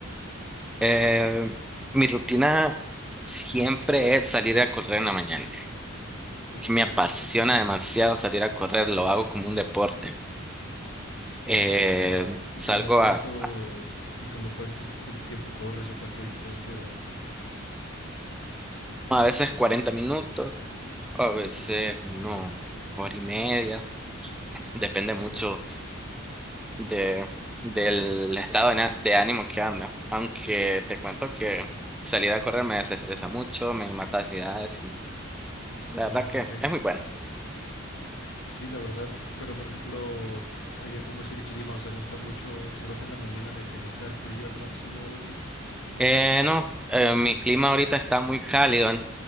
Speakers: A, in the centre; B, on the left.
A: Eh, mi rutina siempre es salir a correr en la mañana.
B: Ok.
A: Que Me apasiona demasiado salir a correr, lo hago como un deporte. Eh,
B: ¿Y, c- y
A: salgo
B: como cuánto,
A: a,
B: y como cuánto ti- tiemp- tiempo corres o cuánta distancia o,
A: a veces cuarenta minutos, a veces no, hora y media. Depende mucho
B: o-
A: de, del estado de, de ánimo que anda. Aunque te cuento que salir a correr me desestresa mucho, me mata ansiedades y la
B: oh,
A: verdad que
B: ok.
A: es muy bueno.
B: Sí, la verdad, pero por ejemplo, allá cómo es el clima, o sea, no está mucho, si vas en la mañana en el que no está el frío al máximo o algo así.
A: Eh, no, eh, mi clima ahorita está muy cálido